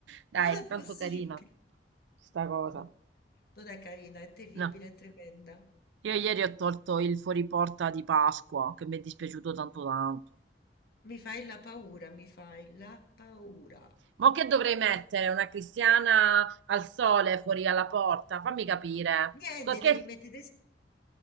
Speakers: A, on the right; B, on the left.
A: Dai,
B: Non è
A: è
B: possibile.
A: tanto carina sta cosa.
B: No, non è carina, è terribile,
A: No,
B: è tremenda.
A: io ieri ho tolto il fuoriporta di Pasqua, che mi è dispiaciuto tanto tanto.
B: Mi fai la paura, mi fai la paura.
A: Ma che dovrei mettere? Una cristiana al sole fuori alla porta? Fammi capire.
B: Niente,
A: Co- Che,
B: devi mettere... des-